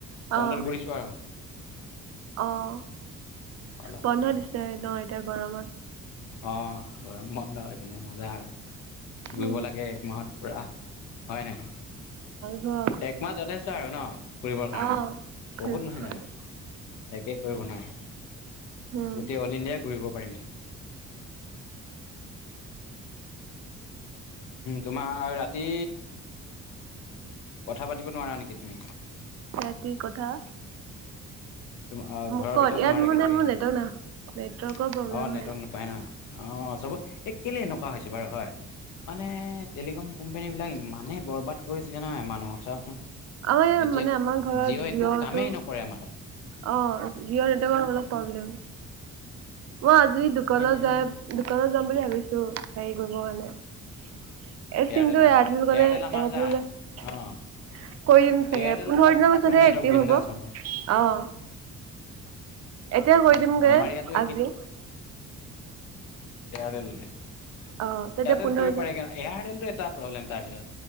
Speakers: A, on the right; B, on the left.
A: অ',
B: বন্ধত ঘূৰিছো আৰু।
A: অ',
B: অলপ
A: বন্ধ
B: এতিয়া
A: দিছে ন এতিয়া গৰমত।
B: অ', গৰম বন্ধ কিনে মজা আৰু। ঘুৰিব
A: অ',
B: লাগে এক মাহত পুৰা হয় নাই?
A: ঘূৰক।
B: একমাহ যথেষ্ট আৰু ন ফুৰিবৰ কাৰণে
A: অ', ঘূৰিব
B: বহুত নহয়
A: পাৰি
B: জানো। একে কৰিব নাই
A: উম,
B: গোটেই অল ইণ্ডিয়া ঘূৰিব পাৰিম চোন। তোমাৰ ৰাতি কথা পাতিব নোৱাৰা নেকি তুমি?
A: ৰাতি কথা
B: তো
A: ক'ত
B: ঘৰৰ ভিতৰত
A: ইয়াত
B: নোৱাৰি
A: মানে
B: কে চাগে
A: মোৰ
B: ন অ,
A: নেটৱৰ্ক না নেটৱৰ্কৰ প্ৰব্লেম
B: নেটৱৰ্ক
A: হৈ যায়।
B: নোাপায় ন। অ', চব এক কেলে এনেকুৱা হৈছে বাৰু হয় মানে টেলিকম কোম্পানীবিলাক ইমানেই বৰবাদ কৰিছে নহয় মানুহক চাওকচোন।
A: আমাৰ ইয়াত
B: এতিয়া
A: মানে আমাৰ ঘৰত
B: জিঅ
A: জিঅ'টো
B: একো কামেই নকৰে মানে।
A: অ জিঅ' অলপ প্ৰব্লেম <inaudible> মই আজি দোকানত
B: মানে
A: যাই দোকানত যাম বুলি ভাবিছো হেৰি কৰিব কাৰণে। এ
B: এয়াৰটেল
A: চিনটো
B: বনাবলৈ
A: এৰা দল কাৰণে
B: এয়াৰটেল
A: এৰা
B: আমাৰ যায়
A: দিলে
B: অঁ
A: <inaudible> কৰিম চাগে
B: এয়াৰটেল
A: পোন্ধৰ
B: তাৰ
A: দিনৰ পিছতহে
B: পূৰা নেটৱৰ্ক
A: এক্টিভ
B: বিন্দাছ
A: হ'ব, অ'
B: মানে
A: -- এতিয়া কৈ
B: অঁ
A: দিমগৈ
B: আমাৰ ইয়াতো
A: আজি।
B: এাৰেললে <inaudible>
A: অ', তেতিয়া
B: এয়াৰটেল
A: পোন্ধৰ
B: কৰিব
A: দিন
B: পাৰে ক এয়াৰটেলটো এটা প্ৰব্লেম তাৰ পিছত